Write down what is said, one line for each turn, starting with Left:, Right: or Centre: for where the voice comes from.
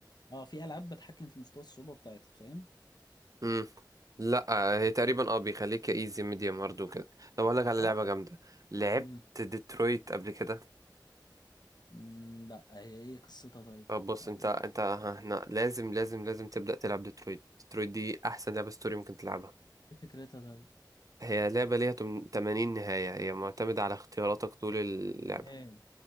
Left: اه في العاب بتحكم في مستوى الصعوبه بتاعتها فاهم
Right: امم لا آه، هي تقريبا اه بيخليك ايزي ميديوم هارد وكده طب اقول لك على
Left: اه
Right: لعبه جامده لعبت
Left: امم
Right: ديترويت قبل كده
Left: أمم، لا هي ايه قصتها طيب
Right: طب بص
Left: او
Right: انت
Left: ايه
Right: انت هنا لازم لازم لازم تبدا تلعب ديترويت ديترويت دي احسن لعبه ستوري ممكن تلعبها
Left: إيه فكرتها طيب
Right: هي لعبه ليها تم- 80 نهايه هي معتمده على اختياراتك طول اللعبه
Left: ايه